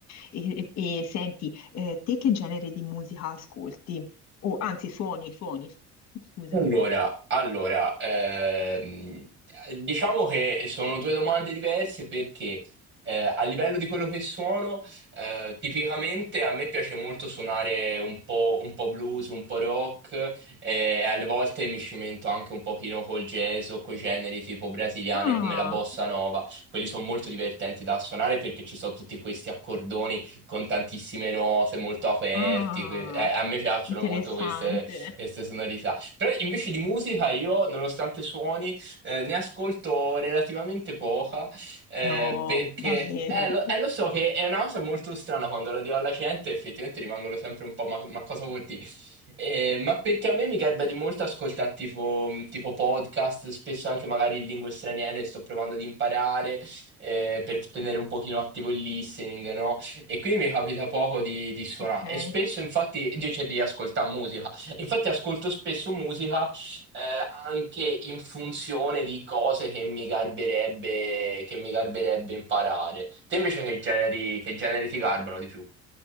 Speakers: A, on the left (about 60°); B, on the right (about 40°).
A: e- e- e senti, eh, te che genere di musica ascolti? O anzi, suoni, suoni, scusami.
B: Allora, allora, ehm, diciamo che sono due domande diverse perché eh, a livello di quello che suono, eh, tipicamente a me piace molto suonare un po', un po' blues, un po' rock eh, e alle volte mi cimento anche un pochino col jazz o coi generi tipo brasiliane
A: Ah,
B: come la bossa nova. Quelli sono molto divertenti da suonare perché ci sono tutti questi accordoni con tantissime note molto aperti.
A: ah,
B: que- eh, a me piacciono
A: interessante.
B: molto queste queste sonorità. Però invece di musica io, nonostante suoni, eh, ne ascolto relativamente poca, eh,
A: No,
B: perché
A: davvero.
B: eh, lo, eh, lo so che è una cosa molto strana quando la dico alla gente, effettivamente rimangono sempre un po' ma, ma cosa vuol dire? Eh, ma perché a me mi garba di molto ascoltare tipo, mm, tipo podcast, spesso anche magari in lingue straniere, sto provando ad imparare eh, per tenere un pochino attivo il listening, no? E quindi mi capita poco di, di suonare.
A: Ok.
B: E spesso infatti, io cioè, di ascoltare musica. Infatti ascolto spesso musica eh, anche in funzione di cose che mi garberebbe, che mi garberebbe imparare. Te invece che generi, che generi ti garbano di più?